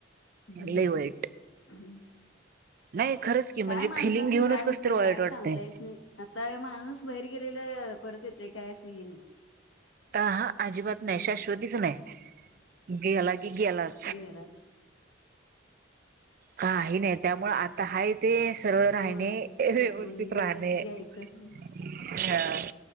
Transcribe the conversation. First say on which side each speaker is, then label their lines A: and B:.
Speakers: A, on the left; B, on the right.
A: हमह
B: लय वाईट
A: ह
B: नाही खरंच की म्हणजे
A: काय माणसांनी
B: फिलिंग घेऊनच
A: काय होतय
B: कस तर वाईट
A: काय
B: वाटतंय
A: सांगता येत नाही आता माणूस बाहेर गेलेला <unintelligible> परत येतो काय असेही नाही.
B: अंहां अजिबात
A: हम्म
B: नाही शाश्वतीच नाही. गेला की गेलाच.
A: गेलाच.
B: काही नाही त्यामुळे आता हाय ते सरळ राहणे
A: हो
B: व्यवस्थित
A: जगून व्यवस्थित
B: राहणे.
A: घ्यायचं
B: <unintelligible>